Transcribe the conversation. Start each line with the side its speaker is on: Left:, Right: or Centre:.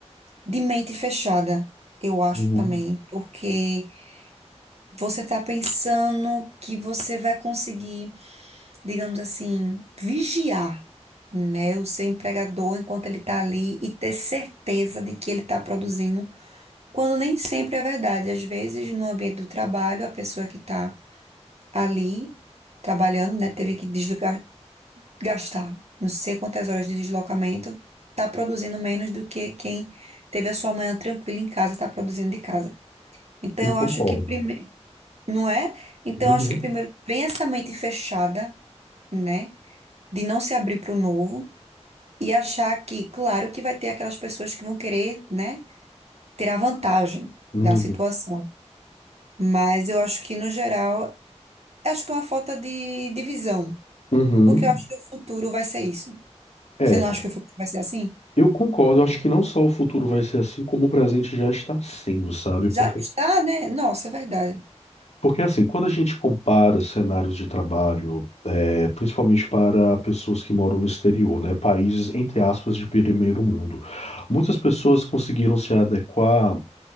Right: De mente fechada, eu acho
Left: Uhum,
Right: também. Porque você está pensando que você vai conseguir, digamos assim, vigiar, né, o seu empregador enquanto ele está ali e ter certeza de que ele está produzindo, quando nem sempre é verdade. Às vezes, no ambiente do trabalho, a pessoa que está ali trabalhando, né, teve que desligar gastar não sei quantas horas de deslocamento, tá produzindo menos do que quem teve a sua manhã tranquila em casa e tá produzindo de casa. Então
Left: Eu
Right: eu
Left: concordo.
Right: acho que primeiro, não é? Então
Left: Uhum.
Right: eu acho que primeiro vem essa mente fechada, né, de não se abrir para o novo e achar que, claro, que vai ter aquelas pessoas que vão querer, né, ter a vantagem
Left: Uhum.
Right: da situação. Mas eu acho que no geral, acho que é uma falta de, de visão,
Left: Uhum.
Right: porque eu acho que o futuro vai ser isso.
Left: É,
Right: Você não acha que o futuro vai ser assim?
Left: eu concordo. eu Acho que não só o futuro vai ser assim, como o presente já está sendo, sabe? Porque
Right: Já está, né? Nossa, é verdade.
Left: Porque assim, quando a gente compara cenários de trabalho, é, principalmente para pessoas que moram no exterior, né, países entre aspas de primeiro mundo, muitas pessoas conseguiram se adequar